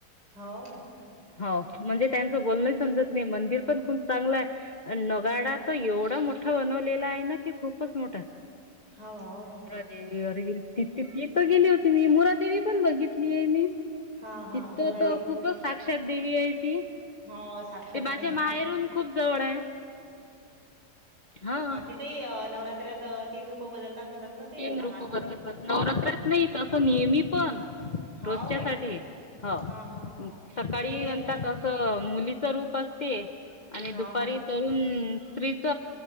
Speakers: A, on the right; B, on the left.
A: हाव का?
B: हो, म्हणजे त्यांचं बोलण समजत नाही, मंदिर पण खूप चांगलं आहे. नगाडा तर एवढा मोठा बनवलेला आहे ना की, खूपच मोठा.
A: हाव, हाव काय?
B: देवीवर गेली तिथंली गेली होती मी, मुरादेवी पण बघितली आहे मी.
A: हां, हां.
B: तिथं
A: मुरादेवी
B: तो खूपच साक्षात देवी आहे ती.
A: हो, साक्षात
B: ते माझ्या
A: आहे.
B: माहेरून खूप जवर हाय. हो.
A: तिथं नवरात्रत तीन रूप बदलतात म्हणतात ना ते
B: तिन
A: लहान
B: रूप बदलतात.
A: मुलीचं.
B: नवरात्रात नाही तसं नेहमी पण
A: हो
B: रोजच्यासाठी.
A: काय?
B: हो
A: हां, हां, हां.
B: सकाळी
A: नाही मी
B: म्हणतात
A: असं
B: त त मुलीच रूप असते आणि
A: हां,
B: दुपारी
A: हां.
B: तरुण स्त्रीच